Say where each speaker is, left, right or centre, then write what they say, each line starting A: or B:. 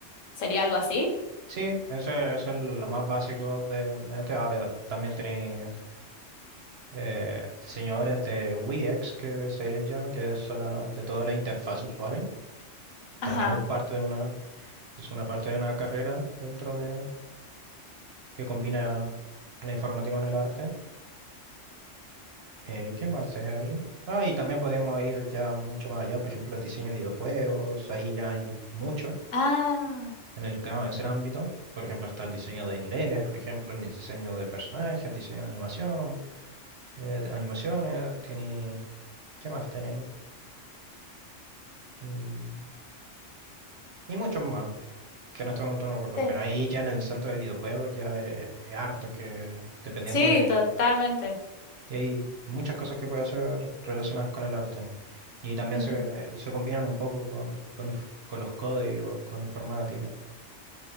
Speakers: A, on the left; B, on the right.
A: ¿Sería algo así?
B: sí, eso, es- eso es lo más básico de, de este. A ver, también tenés... eh, diseñadores de UX que se les llama, que es sola- de toda la interfaz usuario.
A: Ajá.
B: También es parte de una Es una parte de una carrera dentro de que combina la informática con el arte. Eh, ¿qué más es ahí? Ah, y también podemos ir ya mucho más allá, por ejemplo, el diseño de videojuegos, ahí ya hay mucho
A: Ah,
B: en el ca- ese ámbito. Por ejemplo, está el diseño de niveles, por ejemplo, el diseño de personajes, diseño de animación, eh, animaciones, tiene, ¿qué más tiene? Mm, y muchos más, que en este momento no recuerdo,
A: sí.
B: pero ahí ya en el centro de videojuegos ya es, es harto que dependiendo
A: Sí, totalmente.
B: Y hay muchas cosas que puede hacer relacionadas con el arte. Y también
A: Ujú,
B: se, se combinan un poco con, con, inf- con los códigos, con informática.